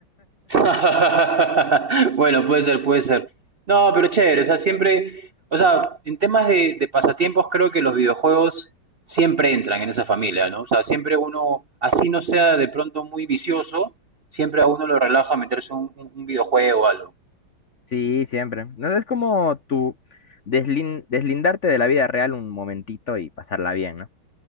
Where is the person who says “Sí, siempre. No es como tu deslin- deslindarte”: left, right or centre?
Left